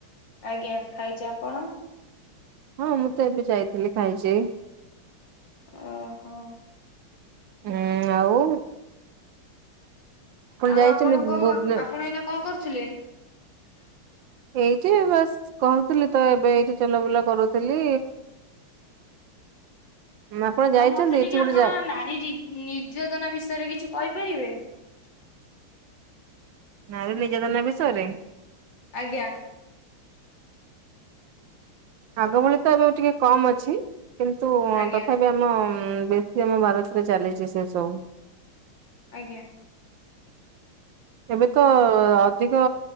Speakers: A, on the left; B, on the right.
A: ଆଜ୍ଞା ଖାଇଛି ଆପଣ?
B: ହଁ ମୁଁ ତ ଏବେ ଯାଇଥିଲି ଖାଇଛି।
A: ଓହୋ
B: ହୁଁ ଆଉ
A: ଆଉ
B: ଯାଇଛନ୍ତି
A: ଆପଣ କଣ
B: ଭୁବନେ
A: ଆପଣ ଏଇନା କଣ କରୁଥିଲେ? <inaudible>
B: ଏଇଠି ବାସ କହୁଥିଲି ତ ଏବେ ଏଇଠି ଚଲାବୁଲା କରୁଥିଲି ଆପଣ ଯାଇଛନ୍ତି
A: ଆଉ ମତେ
B: ଏଠି
A: ଟିକେ ଆପଣ
B: ଗୋଟେ ଜା
A: ନାରୀ ନିର୍ଯାତନା ବିଷୟରେ କିଛି କହିପାରିବେ? <inaudible>
B: ନାରୀ ନିର୍ଯତନା ବିଷୟରେ?
A: ଆଜ୍ଞା!
B: ଆଗ ଭଳି ତ ଏବେ ଟିକେ କମ୍ ଅଛି? କିନ୍ତୁ
A: ଆଜ୍ଞା
B: ତଥାପି ଆମ। ବେଶୀ ଆମ ଭାରତରେ ଚାଲିଛି ସେ ସବୁ।
A: ଆଜ୍ଞା!
B: ଏବେ ତ ଅଧିକ